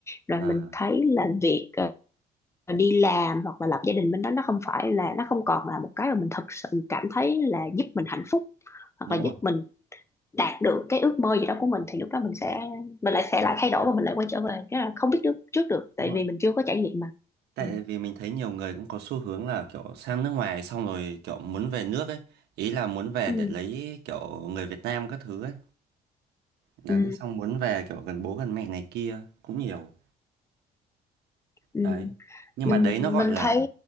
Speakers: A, on the left; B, on the right.
A: rồi
B: ờ,
A: mình thấy là việc ờ, đi làm hoặc là lập gia đình bên đó nó không phải là nó không còn là một cái mà mình thật sự cảm thấy là giúp mình hạnh phúc hoặc
B: đúng
A: là
B: rồi.
A: giúp mình đạt được cái ước mơ gì đó của mình thì lúc đó mình sẽ mình lại sẽ lại thay đổi và mình lại quay trở về cái là không biết được trước được tại
B: Đúng rồi.
A: vì mình chưa có trải nghiệm mà
B: Tại
A: ừ.
B: vì mình thấy nhiều người cũng có xu hướng là kiểu sang nước ngoài xong rồi kiểu muốn về nước ấy, ý là muốn về
A: Ừ,
B: để lấy kiểu người Việt Nam các thứ ấy. Đấy,
A: ừ,
B: xong muốn về kiểu gần bố gần mẹ này kia cũng nhiều.
A: ừ.
B: Đấy. Nhưng
A: Mình
B: mà đấy nó gọi
A: mình
B: Ừ. là
A: thấy